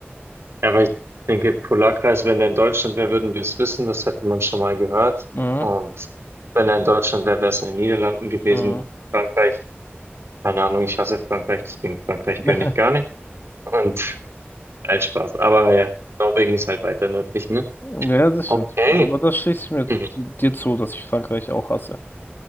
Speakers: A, on the right; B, on the left.
A: Ja, aber ich denke, Polarkreis, wenn er in Deutschland wäre, würden wir es wissen. Das hätte man schon mal gehört.
B: Mhm.
A: Und wenn er in Deutschland wäre, wäre es in den Niederlanden gewesen.
B: Mhm.
A: Frankreich, keine Ahnung, ich hasse Frankreich, deswegen Frankreich
B: <laughs>
A: gönne ich gar nicht. Und <laughs> nein, Spaß. Aber ja, Norwegen ist halt weiter nördlich, ne?
B: Ja, das
A: Okay.
B: stimmt. Aber das schließe ich mir d-
A: Mhm.
B: dir zu, dass ich Frankreich auch hasse.